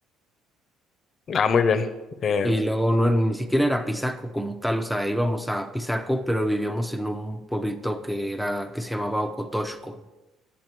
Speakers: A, on the left; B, in the centre.
A: Ah, muy bien. Eh,
B: Y luego no, ni siquiera era Apizaco como tal, o sea, íbamos a Apizaco, pero vivíamos en un pueblito que era, que se llamaba Ocotoshco.